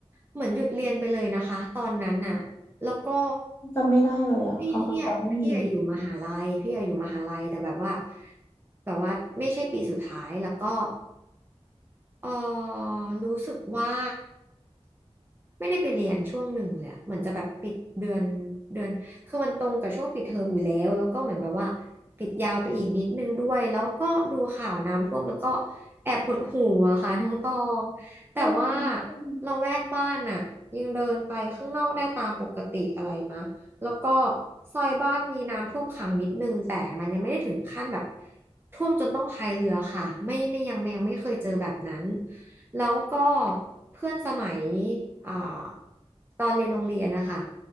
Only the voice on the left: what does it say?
จำไม่ได้เลยอะความทรงจำไม่มี
อืมอืม